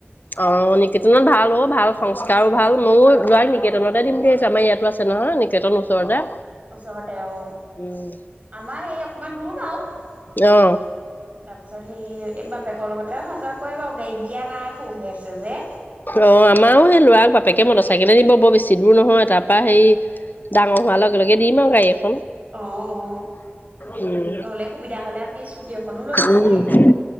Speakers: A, on the left (about 50°); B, on the right (about 40°).
A: অ নিকেতনত ভাল অ ভাল। সংস্কাৰো ভাল, ময়ো লৱাক নিকেতনতে দিম বুলি ভাবিছোঁ আমাৰ ইয়াতো আছে নহয় নিকেতন ওচৰতে।
B: ওচৰতে অ
A: উম
B: আমাৰ সেই অকমান দূৰ বাও। তাৰপিছত
A: অ
B: সেই এই বাপেকৰ লগতে অহা যোৱা কৰে বাও গাড়ীত দিয়া নাই সৰু হৈ আছে যে।
A: অ। আমাৰো সেই ল'ৰাক বাপেকে মটৰ চাইকলে নিব বৰ বেছি দূৰ নহয়। তাৰ পৰা সেই ডাঙৰ হোৱাৰ লগে লগে দিম আৰু গাড়ী এ
B: অ অ
A: উম
B: নহ'লে সুবিধা হলে আপুনি স্কুটি এখনো লৈ লব
A: উম
B: পাৰিব।